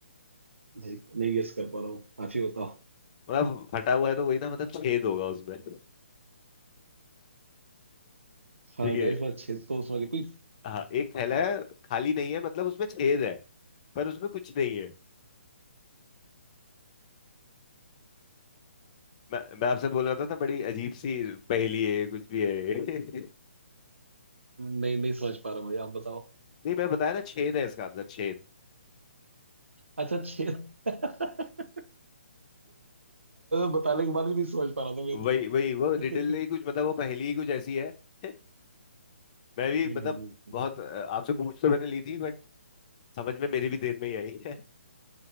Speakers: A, on the right; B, on the left.
A: नहीं नहीं गेस कर पा रहा हूँ आप ही बताओ
B: मतलब फटा हुआ है तो वही ना मतलब छेद होगा उसमें
A: हाँ
B: <laughs> ठीक है
A: जाहिर सी बात छेद तो समझ कोई
B: हाँ एक थैला
A: आप-
B: है खाली नहीं है मतलब उसमें छेद है पर उसमें कुछ नहीं है मैं मैं आपसे बोल रहा था ना बड़ी अजीब सी पहेली है ये, कुछ भी है ये। <laughs>
A: नहीं नहीं समझ पा रहा भाई आप बताओ
B: नहीं मैं बताया ना छेद है इसका आंसर छेद
A: अच्छा छेद <laughs> अरे, बताने के बाद भी नहीं समझ पा रहा था मैं
B: वही
A: तो <laughs>
B: वही वो
A: हम्म,
B: रिडल ही कुछ मतलब वो पहेली ही कुछ ऐसी है <laughs> मैं भी
A: हम्म,
B: मतलब
A: हम्म।
B: बहुत अ, आपसे पूछ तो मैंने ली थी बट समझ में मेरी भी देर में ही आई है <laughs>